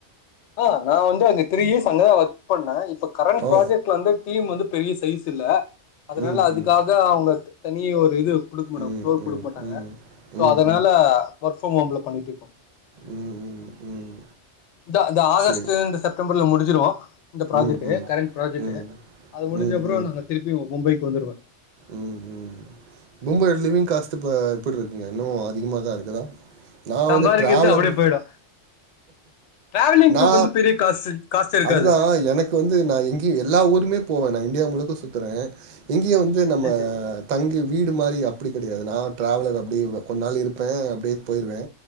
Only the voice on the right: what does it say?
ஓ
ம்
ம்
ம்
ம்
ம் ம்
ம்
ம் ம் ம்
சேரி
ம் ம்
ம்
ம் ம்
ம் ம் மும்பைல லிவிங் காஸ்ட்டு இப்போ எப்டிருக்குங்க இன்னு அதிகமாதான் இருக்குதா நா
வந்து டிராவலர்
நா
அதுதா எனக்கு வந்து நான் எங்கேயு எல்லா ஊருமே போவே நான் இண்டியா முழுக்க சுத்துறேன் இங்கியு வந்து நம்ம
தங்கி வீடு மாரி அப்டி கெடையாது நான் டிராவலர் அப்டி கொஞ்ச நாள் இருப்பேன் அப்டியே போயிருவே